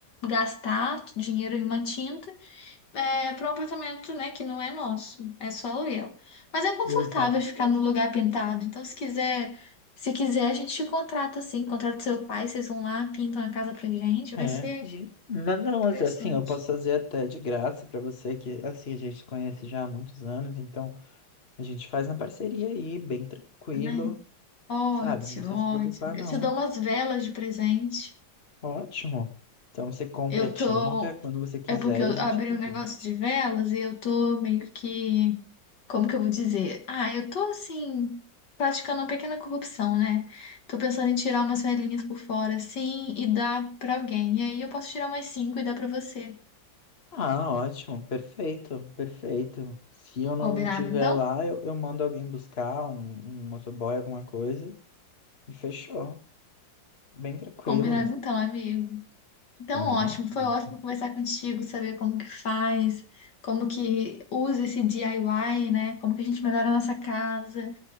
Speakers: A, on the left; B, on the left.
A: gastar dinheiro em uma tinta é, para um apartamento, né, que não é nosso, é só aluguel. Mas é confortável
B: exato.
A: ficar no lugar pintado, então se quiser, se quiser a gente te contrata assim, contrata seu pai, vocês vão lá, pintam a casa pra gente, vai
B: É,
A: ser
B: gente, mas não, assim,
A: interessante.
B: eu posso fazer até de graça pra você, que assim, a gente se conhece já há muitos anos, então. A gente faz na parceria aí, bem tranquilo,
A: impressionante. Ótimo,
B: sabe? Não precisa
A: ótimo.
B: se preocupar, não.
A: Eu te dou umas velas de presente.
B: Ótimo. Então você compra
A: Eu
B: a tinta
A: tô.
B: quando você quiser
A: É porque eu
B: e a gente
A: abri
B: combina.
A: um negócio de velas e eu tô meio que. Como que eu vou dizer? Ah, eu tô assim, praticando uma pequena corrupção, né? Tô pensando em tirar umas velhinhas por fora, assim, e dar pra alguém. E aí eu posso tirar mais cinco e dar pra você.
B: Ah, ótimo, perfeito, perfeito. Se eu não
A: Combinado
B: tiver
A: então?
B: lá, eu, eu mando alguém buscar, um, um motoboy, alguma coisa, e fechou. Bem tranquilo.
A: Combinado então, amigo. Então,
B: Combina.
A: ótimo, foi
B: isso.
A: ótimo conversar contigo, saber como que faz, como que usa esse DIY, né? Como que a gente melhora a nossa casa.